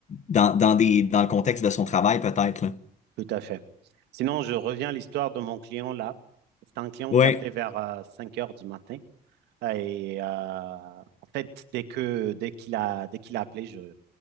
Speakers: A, on the left; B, on the right.
A: dans, dans des, dans le contexte de son travail, peut-être, là.
B: Tout à fait. Sinon, je reviens à l'histoire de mon client là. C'est un client
A: Oui,
B: qui appelait vers euh, 5 heures du matin. Et euh, en fait, dès que dès qu'il a dès qu'il a appelé, je